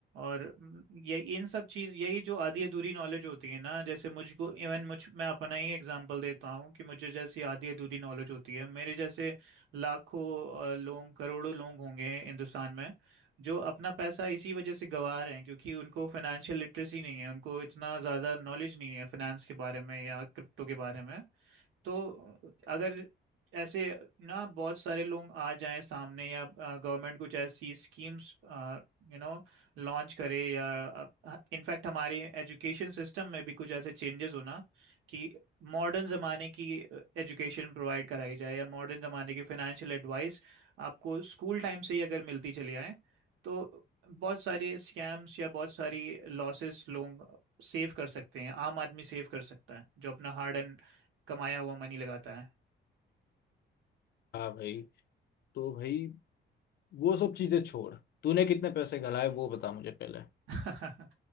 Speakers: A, on the right (about 85°); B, on the left (about 55°).
A: और म, ये इन सब चीज यही जो आधी अधूरी नॉलेज होती है ना जैसे मुझको इवन मुझ मैं अपना ही एग्जांपल देता हूँ कि मुझे जैसी आधी अधूरी नॉलेज होती है मेरे जैसे लाखों अ, लोग करोड़ों लोग होंगे हिंदुस्तान में जो अपना पैसा इसी वजह से गंवा रहे हैं क्योंकि उनको फाइनेंशियल लिटरेसी नहीं है उनको इतना ज़्यादा नॉलेज नहीं है फाइनेंस के बारे में या क्रिप्टो के बारे में तो अगर ऐसे ना बहुत सारे लोग आ जाएं सामने या गवर्नमेंट कुछ ऐसी स्कीम्स यू नो लॉन्च करे या इनफैक्ट हमारे एजुकेशन सिस्टम में भी कुछ ऐसे चेंजेस होना कि मॉडर्न ज़माने की एजुकेशन प्रोवाइड कराई जाए या मॉडर्न ज़माने की फाइनेंशियल एडवाइस आपको स्कूल टाइम से ही अगर मिलती चली आए तो बहुत सारे स्कैम्स या बहुत सारी लॉसेस लोग सेव कर सकते हैं आम आदमी सेव कर सकता है जो अपना हार्ड एंड कमाया हुआ मनी लगाता है
B: हाँ भाई तो भाई वो सब चीजें छोड़ तूने कितने पैसे गलाए वो बता मुझे पहले
A: <laughs>